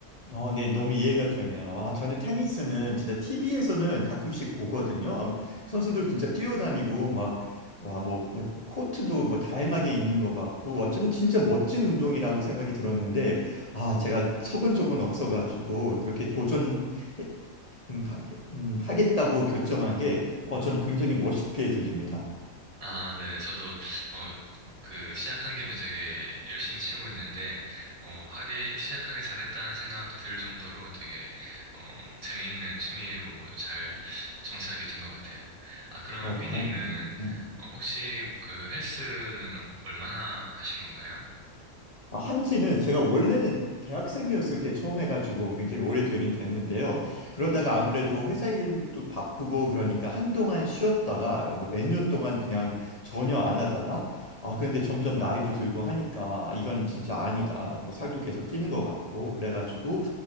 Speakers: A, on the left; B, on the right.
A: 어, 네, 너무 이해가 되네요. 아, 저는 테니스는 진짜 TV에서는 가끔씩 보거든요. 아, 선수들 진짜 뛰어다니고 막, 와, 뭐, 뭐, 뭐 코트도 뭐 다양하게 있는 것 같고, 와, 좀 진짜 멋진 운동이라고 생각이 들었는데, 아, 제가 쳐본 적은 없어가지고, 그렇게 도전, 음, 하, 음, 하겠다고 결정한 게, 어, 전 굉장히 멋있게 들립니다.
B: 아, 네. 저도, 어, 그, 시작한 김에 되게 열심히 치고 있는데, 어, 하기, 시작하기 잘했다는 생각 들 정도로 되게, 어, 재미있는 취미로 잘 정착이 된 것 같아요. 아, 그러면
A: 어,
B: 삐님은,
A: 다행입니다. 네.
B: 어, 혹시 그 헬스는 얼마나 하신 건가요?
A: 아, 한지는 제가 원래는 대학생이었을 때 처음 해가지고 굉장히 오래되긴 됐는데요. 그러다가 아무래도 회사 일도 바쁘고 그러니까 한동안 쉬었다가 뭐 몇년 동안 그냥 전혀 안 하다가 아, 근데 점점 나이도 들고 하니까 이건 진짜 아니다. 뭐 살도 계속 찌는 것 같고 그래가지고